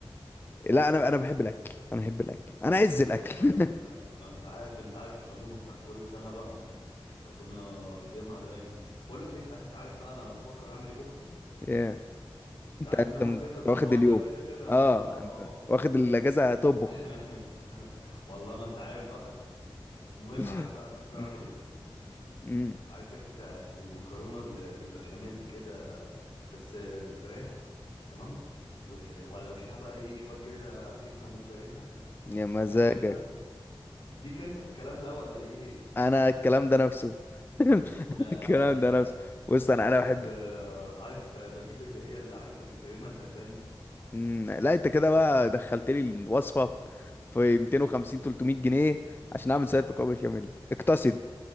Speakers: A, on the left; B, on the left.
A: لا انا انا بحب الاكل انا بحب الاكل انا عز
B: انا
A: الاكل
B: كمان انت عارف انت عارف انت عارف العزومه بتاع كل سنه بقى ربنا يديمها دايما بقول لك ايه صحيح انت عارف بقى انا بفكر اعمل ايه بكره
A: <laughs> يا
B: انت
A: انت
B: عارف
A: انت
B: ان انا
A: من-
B: اجازه
A: أنت
B: الاسبوع
A: واخد اليوم
B: ده كده كده
A: اه
B: فانا بقى اه
A: انت واخد الاجازه هتطبخ
B: <laughs> والله ما انت عارف بقى المهم
A: <laughs>
B: عارف بقى بفكر
A: مم.
B: اعمل ايه
A: مم.
B: عارف انت المكرونه اللي بالبشاميل كده بس بالفراخ تمام و... وعلى وشها بقى ايه شويه جبنه جبنه موتزاريلا
A: يا مزاجك
B: عارف انت ليك انت في الكلام ده ولا ايه
A: انا الكلام ده نفسه <laughs>
B: آه،
A: الكلام ده نفسه بص انا انا
B: اصل
A: بحب
B: عارف بجيب اللي هي اللي عارف الكريمه اللباني
A: مم. لا انت كده بقى دخلت لي الوصفه في 250 300 جنيه عشان اعمل سلطه مكرونه بشاميل اقتصد